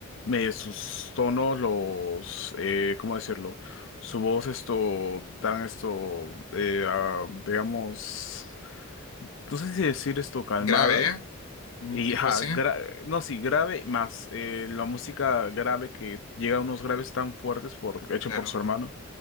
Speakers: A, on the left (about 60°); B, on the left (about 80°).
A: eh, sus tonos, los, eh, ¿cómo decirlo? Su voz, esto, tan, esto, eh, ah, digamos, no sé si decir esto calmada.
B: grave, ¿eh? Un
A: Y,
B: tipo
A: ajá,
B: así,
A: gra- no, sí, grave, más eh, la música grave que llega a unos graves tan fuertes por, hecho
B: claro.
A: por su hermano.